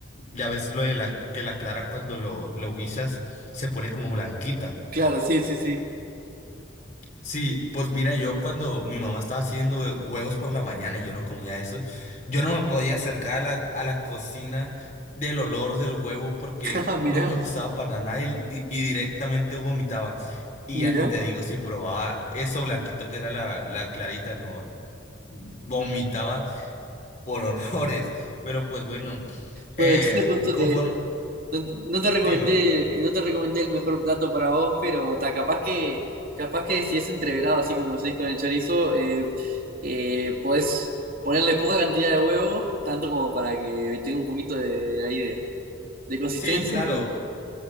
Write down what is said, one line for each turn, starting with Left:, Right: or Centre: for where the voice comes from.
Left: Ya ves lo de la que la clara cuando lo, lo guisas se pone como blanquita.
Right: Claro, sí, sí, sí.
Left: Sí, pues mira, yo cuando mi mamá estaba haciendo eh, huevos por la mañana y yo no comía eso, yo no me podía acercar a la, a la cocina del olor del huevo porque
Right: <laughs> Ah, mira,
Left: no me gustaba para nada y, y- y directamente vomitaba. Y
Right: mira.
Left: ya ni te digo si probaba eso blanquito que era la, la clarita, no, vomitaba por <laughs> horrores. Pero pues bueno,
Right: Bueno,
Left: eh,
Right: entonces justo
Left: conforme,
Right: te, no, te no te recomendé,
Left: dime,
Right: no te recomendé el mejor plato para vos, pero ta, capaz que, capaz que si es entreverado, así como decís con el chorizo, eh, eh, podés ponerle poca cantidad de huevo, tanto como para que tenga un poquito de, de ahí de, de consistencia
Left: sí, claro,
Right: y